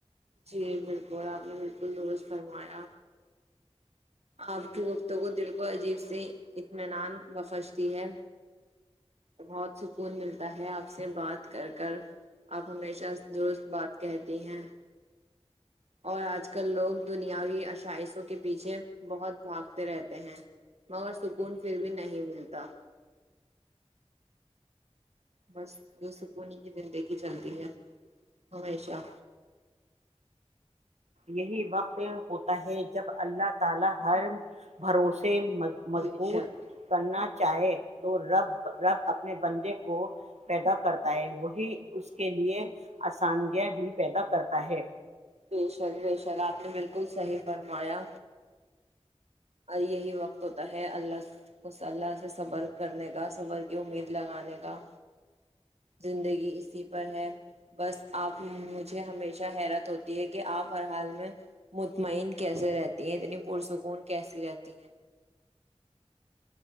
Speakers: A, on the right; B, on the right.
A: جی بالکل آپ نے بالکل درست فرمایا آپ کے وقتوں کو دل کو عجیب سے اطمینان بخشتی ہے بہت سکون ملتا ہے آپ سے بات کر کر آپ ہمیشہ درست بات کہتی ہیں اور آج کل لوگ دنیاوی اشائشوں کے پیچھے بہت بھاگتے رہتے ہیں مگر سکون پھر بھی نہیں ملتا بس یہ سکوون کی زندگی چلتی ہے ہمیشہ
B: یہی وقت جب اللہ تعالی ہر بھروسے مضبوط
A: بے شک
B: کرنا چاہے تو رب رب اپنے بندے کو پیدا کرتا ہے وہی اس کے لیے آسانیاں بھی پیدا کرتا ہے
A: بے شک بے شک آپ نے بالکل صحی فرمایا اور یہی وقت ہوتا ہے اللہ کو صلہ سے صبر کرنے کا صبر کی امید لگانے کا زندگی اسی پر ہے بس آپ مجھے ہمیشہ حیرت ہوتی کہ آپ ہر حال میں مطمئن کیسے رہتی ہیں اتنی پرسکون کیسی رہتی ہیں